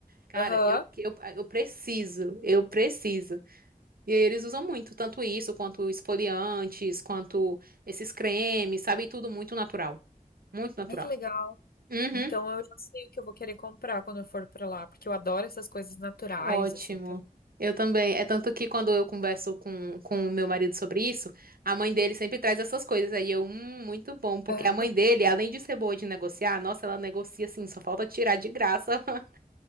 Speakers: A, on the right (about 80°); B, on the left (about 90°).
A: Cara,
B: Aham.
A: eu, eu, eu preciso, eu preciso. E aí eles usam muito, tanto isso, quanto esfoliantes, quanto esses cremes, sabe? Tudo muito natural. Muito natural.
B: Ai, que legal.
A: Uhum.
B: Então eu já sei o que eu vou querer comprar quando eu for pra lá, porque eu adoro essas coisas naturais,
A: Ótimo.
B: assim. Então,
A: Eu também. É tanto que quando eu converso com, com o meu marido sobre isso, a mãe dele sempre traz essas coisas. Aí eu, hum, muito bom, porque
B: Ah,
A: a mãe dele, além de ser boa de negociar, nossa, ela negocia assim, só falta tirar de graça. <laughs>